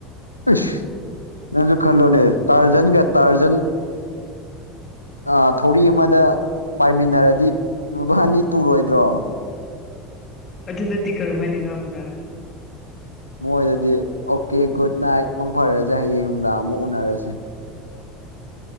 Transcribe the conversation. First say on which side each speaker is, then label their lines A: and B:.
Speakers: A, on the left; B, on the left.
A: ꯏꯁꯁ ꯅꯪꯁꯨ ꯈꯜꯂꯣꯅꯦ ꯇꯥꯔꯖꯟꯒ ꯇꯥꯔꯖꯟ ꯑ ꯊꯧꯔꯤ ꯑꯃꯗ ꯄꯥꯏꯃꯤꯟꯅꯔꯗꯤ ꯕꯥꯅꯤ ꯇꯨꯔꯣꯏꯗ꯭ꯔꯣ
B: ꯑꯗꯨꯗꯗꯤ ꯀꯔꯝꯍꯥꯏꯅ ꯉꯥꯡꯕ꯭ꯔꯥ
A: ꯃꯣꯏꯗꯗꯤ ꯑꯣꯀꯦ ꯒꯨꯗ ꯅꯥꯏꯠ ꯃꯪ ꯐꯔꯁꯦ ꯍꯌꯦꯡ ꯅꯨꯡꯗꯥꯡ ꯑꯃꯨꯛ ꯎꯅꯔꯁꯤ